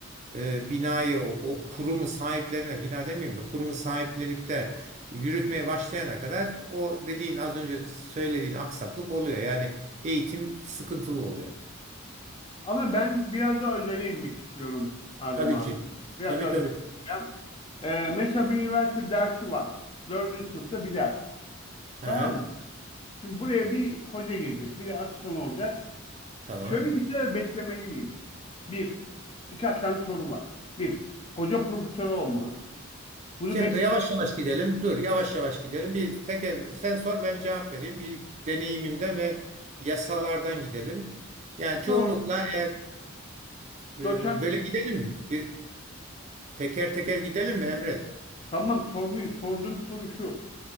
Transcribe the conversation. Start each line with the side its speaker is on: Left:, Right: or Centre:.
Right: e, binayı o, o kurumu sahiplerine bina demeyeyim de kurumu sahiplenip de yürütmeye başlayana kadar o dediğin az önce söylediğin aksaklık oluyor. Yani eğitim sıkıntılı oluyor.
Left: Ama ben biraz daha özele inmek istiyorum Adem
Right: Tabii
Left: abi.
Right: ki.
Left: Biraz
Right: Tabii
Left: daha
Right: tabii.
Left: özele ineceğim. Ee, mesela bir üniversite dersi var. Dördüncü sınıfta bir ders.
Right: Aha,
Left: Tamam mı? Şimdi buraya bir hoca girecek. Bir de asistan olacak.
Right: tamam.
Left: Şöyle bir şey beklemeli miyim? Bir, birkaç tane sorun var. Bir, hoca profesörü olmalı. Bunu
Right: Şimdi
Left: beklemeyi
Right: yavaş yavaş gidelim. Dur yavaş yavaş gidelim. Bir tek ev- sen sor ben cevap vereyim. Bir deneyimimden ve yasalardan gidelim. Yani
Left: profesör
Right: çoğunlukla
Left: olmalı.
Right: eğer e,
Left: Doçent.
Right: böyle gidelim mi? Bir teker teker gidelim mi Emre?
Left: Tamam sormuyor. Sorduğum soru şu.